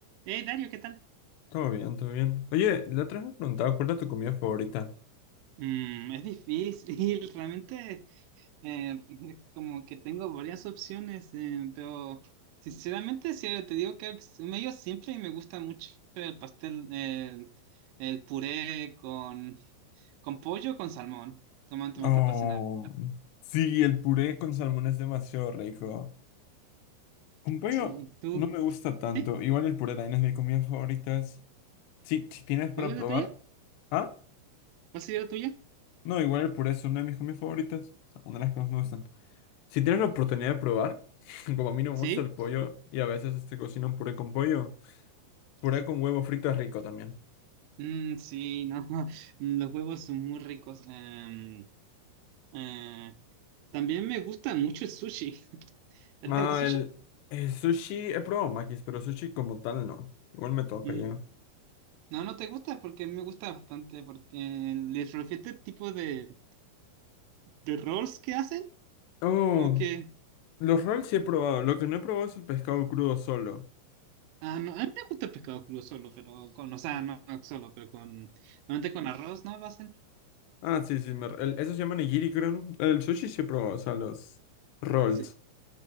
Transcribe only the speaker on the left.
Todo bien, todo bien. Oye, la otra vez me preguntaba cuál era tu comida favorita.
Oh,
sí, el puré con salmón es demasiado rico. Con pollo
no me gusta tanto.
Igual el puré también es mi comida favorita. es- Sí, si tienes para
probar.
Ah,
no, igual el puré es una de mis comidas favoritas. O sea, una de las que más me gustan. Si tienes la oportunidad de probar, <laughs> como a mí no me
gusta el pollo y a veces este cocinan puré con pollo, puré
con huevo frito es rico también.
Ah,
el, el sushi, he probado makis, pero sushi como tal no. Igual me toca
ya.
Oh,
los rolls sí he probado. Lo que no he probado es el pescado crudo solo.
Ah, sí, sí, me, el- eso se llama nigiri, creo, ¿no? El sushi sí he probado, o sea, los rolls.